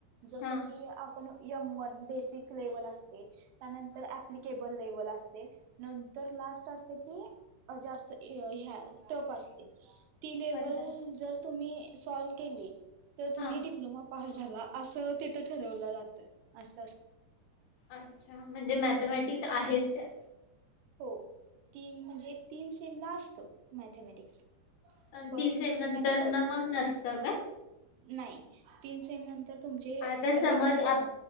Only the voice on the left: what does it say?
हा
अच्छा.
हा
अच्छा, म्हणजे मॅथमॅटिक्स आहेच त्यात
पण
तीन से
नंतर
न मग नसतं काय
आता समज